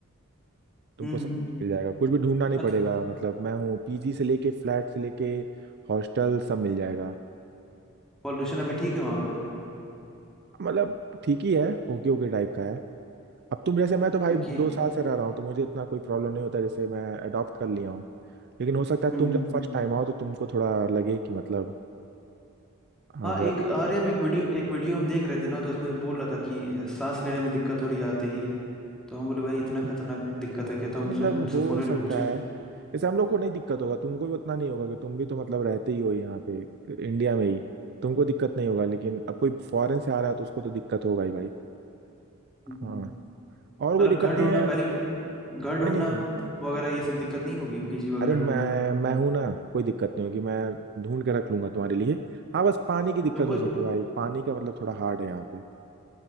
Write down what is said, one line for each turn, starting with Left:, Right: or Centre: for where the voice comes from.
Right: तुमको
Centre: हम्म हम्म।
Right: सब कुछ मिल जाएगा कुछ भी ढूंढना नहीं
Centre: मतलब
Right: पड़ेगा मतलब मैं हूँ पीजी से लेके फ्लैट से लेके हॉस्टल सब मिल जाएगा
Centre: पॉल्यूशन अभी ठीक है वहां पे
Right: मतलब ठीक ही है ओके ओके टाइप का है अब तुम जैसे मैं तो भाई
Centre: क्योंकि
Right: दो साल से रह रहा हूँ तो मुझे इतना कोई प्रॉब्लम नहीं होता जैसे मैं अडॉप्ट कर लिया हूँ लेकिन हो सकता है
Centre: हम्म
Right: तुम जब
Centre: हम्म
Right: फर्स्ट टाइम आओ तो तुमको थोड़ा लगे कि मतलब हाँ
Centre: हाँ
Right: थोड़ा
Centre: एक
Right: दिक्कत
Centre: अरे हम एक वीडियो एक वीडियो हम देख रहे थे ना तो उसमें बोल रहा था कि सांस लेने में दिक्कत हो रही है आते ही तो हम बोले भाई इतना
Right: है
Centre: खतरनाक दिक्कत
Right: हाँ,
Centre: है क्या तो हम
Right: मतलब
Centre: सोचे तुमसे
Right: हो
Centre: फोन
Right: सकता
Centre: पे पूछें
Right: है जैसे हम लोग को नहीं दिक्कत होगा तुमको भी उतना नहीं होगा कि तुम भी तो मतलब रहते ही हो यहाँ पे इंडिया में ही तुमको दिक्कत नहीं होगा लेकिन अब कोई फॉरेन से आ रहा है तो उसको तो दिक्कत होगा ही भाई
Centre: हम्म।
Right: हाँ और कोई
Centre: मतलब
Right: दिक्कत
Centre: घर ढूंढना
Right: नहीं है
Centre: पहले घर ढूंढना
Right: नहीं नहीं
Centre: वगैरह ये सब दिक्कत नहीं होगी पीजी वगैरह
Right: अरे मैं
Centre: ढूंढना
Right: मैं हूं ना कोई दिक्कत नहीं होगी मैं ढूंढ के रख लूंगा तुम्हारे लिए हाँ बस पानी की दिक्कत
Centre: तुमको
Right: हो सकती है भाई पानी का मतलब थोड़ा हार्ड है यहाँ पे